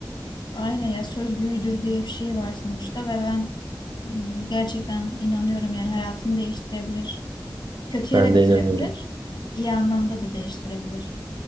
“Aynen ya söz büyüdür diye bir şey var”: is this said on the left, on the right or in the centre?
Left